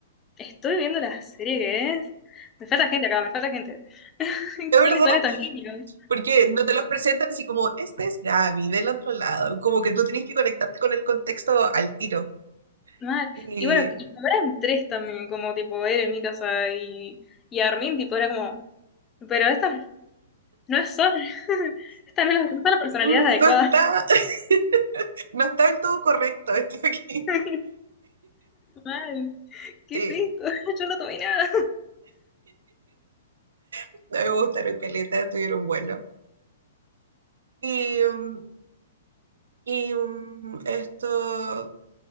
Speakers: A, on the left; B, on the right.
A: estoy viendo la serie que es. Me falta gente acá, me falta gente. <laughs>
B: Es verdad,
A: ¿Quiénes son estos niños?
B: porque no te los presentan así como, este es Gaby del otro lado, como que tú tienes que conectarte con el contexto al tiro.
A: Mal.
B: Y
A: Y bueno, y como eran tres también, como tipo él, en mi casa y, y Armin, tipo era como, pero estas no son, <laughs> estas no son las personalidades
B: mm,
A: adecuadas.
B: no está, <laughs> no está del todo correcto esto aquí.
A: <laughs> Mal, ¿qué
B: Sí,
A: es esto?
B: a
A: <laughs> Yo no tomé nada.
B: mí me gustaron caletas, estuvieron buenos. Y mm, Y mm, esto,